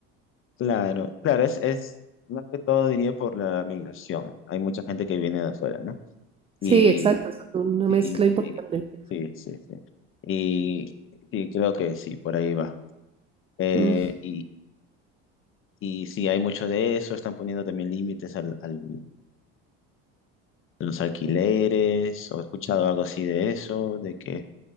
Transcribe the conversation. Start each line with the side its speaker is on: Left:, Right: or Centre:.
Left: claro, claro, es, es más que todo diría por la migración. Hay mucha gente que viene de afuera, ¿no?
Right: Sí,
Left: Y,
Right: exacto, es una
Left: sí,
Right: mezcla importante.
Left: y- y- sí, sí, sí. Y sí, creo que sí, por ahí va. Eh,
Right: Mm,
Left: y, y sí, hay mucho de eso, están poniendo también límites al, al, los alquileres, o he escuchado algo así de eso, de que